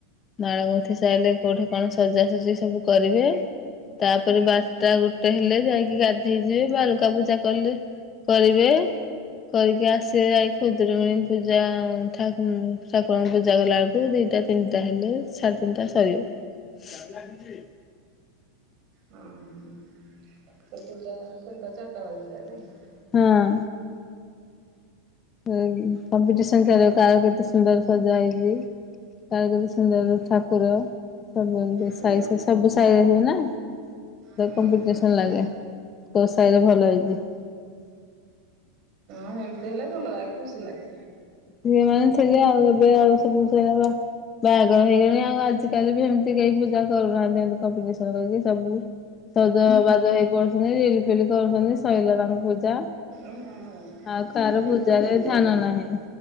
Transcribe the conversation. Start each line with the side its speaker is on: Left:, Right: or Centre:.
Left: ମାଳ ଗୁନ୍ଥିି ସାରିଲେ କୋଉଠି କଣ ସଜାସଜି ସବୁ କରିବେ ତାପରେ
Right: ହୁଁ
Left: ବା ଟା ଗୋଟେ ହେଲେ ଯାଇକି ଗାଧେଇଯିବେ ବାଲୁକା ପୂଜା କଲେ କରିବେ। କରିକି ଆସିବେ ଯାଇ ଖୁଦୁରୁକୁଣୀ ପୂଜା ଠାକୁରଙ୍କୁ ପୂଜା କଲା ବେଳକୁ ଦିଟା ତିନିଟା ହେଲେ ସାଢ଼େ ତିନିଟା ସରିବ।
Right: ହଁ ହୁଁ ତ ପୂଜା ସନ୍ତାା ଆଟା ବାଜିି ଯା ନାଇଁ <unintelligible>
Left: ହଁ। ହଁ କମ୍ପିଟିସନ ଚାଲିବ କେତେ ସୁନ୍ଦର ସଜା ହେଇଛି। <unintelligible> ସୁନ୍ଦର ଠାକୁର ସବୁ <unintelligible>
Right: ହୁଁ
Left: ସାଇ <unintelligible> ସବୁ ସାଇ <unintelligible> ବେନା
Right: ହୁଁ
Left: କମ୍ପିଟିସନ ଲାଗେ କୋଉ ସାହିରେ ଭଲ ହେଇଛି।
Right: ହଁ ଏମିତି ହେଲେ ଭଲ ଲାଗେ ଖୁସି ଲାଗେ।
Left: ଝିଅ ମାନେ ଥିବେ ଆଉ ଏବେ ଆଉ ସବୁ ସେୟାପା। ବାହାଘର ହେଇଗଲେଣି ଆଉ ଆଜିକାଲି ବି ଏମିତି କେହି ପୂଜା କରୁନାହାନ୍ତି ଏମିତି କମ୍ପିଟିସନ କରିକି ସବୁ ସଜବାଜ ହେଇ ପଡୁଛନ୍ତି ରିଲ ଫିଲ କରୁଛନ୍ତି ସଇଲା ତାଙ୍କ ପୂଜା।
Right: ଓ ହଁ ହଁ
Left: ଆଉ
Right: ଫଟ
Left: କାହାର ପୂଜାରେ
Right: ଉଠେଇକି
Left: ଧ୍ୟାନ ନାହିଁ।